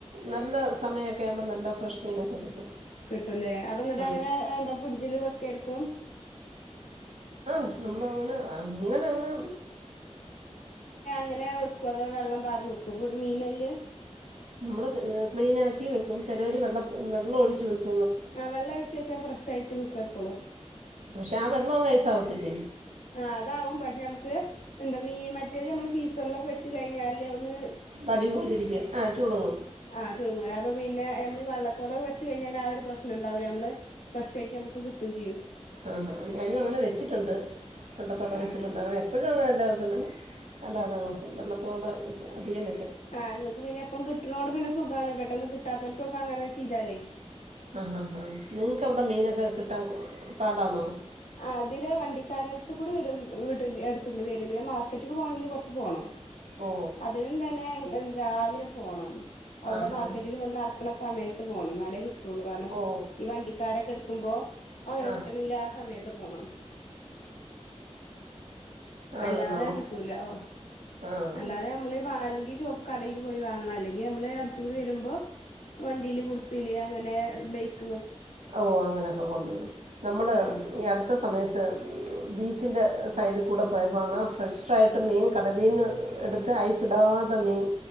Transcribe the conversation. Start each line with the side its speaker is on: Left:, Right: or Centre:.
Right: നല്ല സമയമൊക്കെ ആകുമ്പോൾ നല്ല ഫ്രഷ് മീനൊക്കെ കിട്ടും
Left: കിട്ടൂല്ലേ അപ്പ എന്നിട്ട്
Right: ഉം.
Left: അങ്ങനെ എന്താ ഫ്രിഡ്ജില് വെക്കായിരിക്കും
Right: ആഹ നമ്മൾ അങ്ങനെ അങ്ങനെങ്ങ
Left: ങ്ങനെ വെക്ക അതോ വെള്ളം പാർണ വെക്കും മീനല്
Right: നമ്മള് ക്ലീന ആക്കി വെക്കും ചിലർ വെള്ള വെള്ളം ഒഴിച്ചച്ച് വെക്കും
Left: ആഹ് വെള്ളം ഒഴിച്ച വെച്ചാ ഫ്രഷ് ആയിട്ട് നിക്കും എപ്പോളും
Right: പക്ഷെ അവ വെള്ളോ വേസ്റ്റാവത്തില്ലേ
Left: ആ അതാവും പക്ഷെ നമുക്ക് എന്താ മീൻ മറ്റേത് നമ്മള് ഫീസള്ളൊക്കെ വെച്ച് കഴിഞ്ഞാല് ഒന്ന്
Right: തടി പോലിരിക്ക ആ ചുളുങ്ങും
Left: ആഹ ചു അപ്പൊ പിന്നെ നമ്മ ഈ വള്ളത്തടെ വെച്ച് കഴിഞ്ഞാ ആ ഒരു പ്രശ്നം ഉണ്ടാവില്ല നമ്മള് ഫ്രഷ് ആയിട്ട് നമുക്ക് കിട്ടും ചെയ്യും
Right: ആഹാ ഞാനും അങ്ങനെ വെച്ചിട്ടുണ്ട് പണ്ടത്തോടെ
Left: ആ
Right: വെച്ചിട്ടുണ്ട് അങ്ങനെ എപ്പോഴും അങ്ങനെ അല്ല വെക്കുന്നെ അല്ലാതെ നോക്കും വെള്ളത്തോടെ അതികം
Left: ആഹ് നിങ്ങക്ക് പിന്നെ എപ്പും കിട്ടുന്നതോണ്ട് പിന്നെ സുഖമാണ് പെട്ടെന്ന് കിട്ടാത്തവർക്കൊക്കെ അങ്ങനെ ചെയ്താലേ
Right: ആ ആഹാ നിങ്ങക്ക് അവിടെ മീനൊക്കെ കിട്ടാൻ പാടാന്നോ
Left: ആ അതില് വണ്ടിക്കാരടുത്ത് കൂടിവരും എടുത്തൂ വരും പിന്നെ മാർക്കറ്റ പോണെങ്കിൽ കുറച്ച് പോകണം
Right: ഓ
Left: അതിന തന്നെ രാവിലെ പോണം അവിടെ
Right: ആ ഹാ
Left: മാർക്കറ്റിൽ വന്ന്റക്കണ സമയത്ത് പോണം എന്നാലേ കിട്ടുള്ളൂ കാരണം
Right: ഓ
Left: ഈ വണ്ടിക്കാരൊക്കെ എടുക്കുമ്പോ അങ്ങനെ
Right: ആ
Left: കിട്ടണെങ്കിൽ ആ സമയത്ത് ത്ത് പോണം
Right: ആ
Left: അല്ലാതെ
Right: നമുക്ക്
Left: കിട്ടൂല ഓ
Right: ആ
Left: അല്ലാതെ നമ്മള് അല്ലെങ്കി കടൽ പോയി വാങ്ങണം അല്ലെങ്കിൽ നമ്മള് അടുത്ത കൂടി വരുമ്പോ വണ്ടിയില് കുർസിയില് അങ്ങനെ ബൈക്ക്
Right: ഓ അങ്ങനെയൊക്കെ കൊണ്ടുവരും നമ്മള്
Left: ആഹ്
Right: ഈ അടു ത്ത സമയത്ത് ബീച്ചിൻ്റെ സൈഡിൽ കൂടെ പോയപ്പോഴാണ് ഫ്രഷായിട്ട് മീൻ കടലിന്ന് എടുത്ത് ഐസടവാത മീൻ